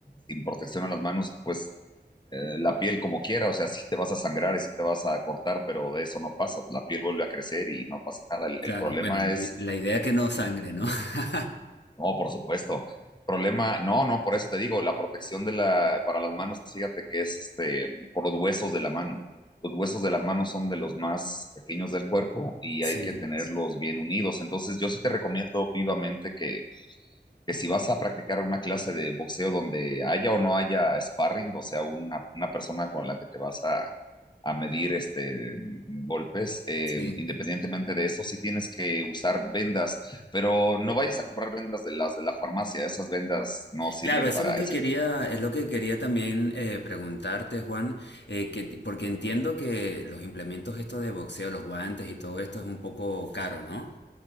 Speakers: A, on the left (about 25°); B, on the left (about 75°).
A: sin protección a las manos, pues eh, la piel como quiera, o sea, sí te vas a sangrar y sí te vas a cortar, pero de eso no pasa, la piel vuelve a crecer y no pasa nada. El,
B: Claro,
A: el problema
B: bueno, la,
A: es
B: i- la idea es que no sangre, ¿no? <laughs>
A: no, por supuesto. Problema, no, no, por eso te digo, la protección de la, para las manos, fíjate que es este, por los huesos de la mano. Los huesos de la mano son de los más pequeños del cuerpo y hay
B: Sí.
A: que tenerlos bien unidos. Entonces, yo sí te recomiendo vivamente que que si vas a practicar una clase de boxeo donde haya o no haya sparring, o sea, una, una persona con la que te vas a, a medir este, golpes, eh,
B: Sí,
A: independientemente de eso, sí tienes que usar vendas, pero no vayas a comprar vendas de las de la farmacia, esas vendas no sirven
B: claro, eso
A: para
B: es lo que
A: esa
B: quería, es lo que quería también eh, preguntarte, Juan, eh, que, ti- porque entiendo que los implementos estos de boxeo, los guantes y todo esto es un poco caro, ¿no?